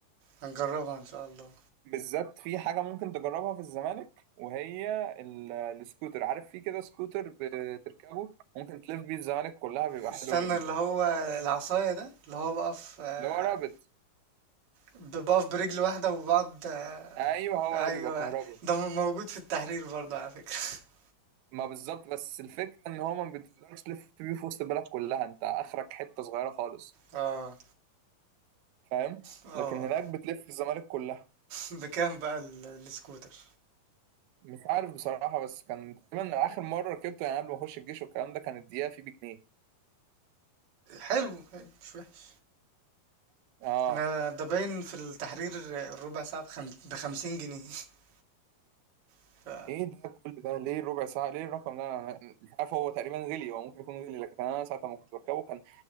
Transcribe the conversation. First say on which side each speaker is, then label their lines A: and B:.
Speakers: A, on the right; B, on the right.
A: هنجربها ان شاء الله
B: بالذات في حاجة ممكن تجربها في الزمالك وهي ال- السكوتر عارف في كده سكوتر بتركبه ممكن تلف بيه الزمالك كلها بيبقى
A: استنى
B: حلو جدا
A: اللي هو العصاية ده اللي هو بقف آه،
B: اللي هو رابط
A: بقف برجل واحدة وبعض آه،
B: ايوه هو
A: أيوة
B: ده بيبقى كهربا
A: ده م- موجود في التحرير برضه على فكرة <laughs>
B: ما بالظبط بس الفكرة ان هو ما بتقدرش تلف بيه في وسط البلد كلها انت اخرك حتة صغيرة خالص
A: اه
B: فاهم
A: اه
B: لكن هناك بتلف الزمالك كلها
A: بكام بقى ال- السكوتر
B: مش عارف بصراحة بس كان تقريبا آخر مرة ركبته يعني قبل ما أخش الجيش والكلام ده كانت دقيقة فيه بجنيه
A: حلو حلو، مش وحش
B: اه
A: احنا ده باين في التحرير الربع ساعة بخم... بخمسين جنيه <laughs> ف...
B: ايه ده كل ده ليه ربع ساعة ليه الرقم ده أنا مش عارف هو تقريبا غلي هو ممكن يكون غلي لكن أنا ساعة ما كنت بركبه كان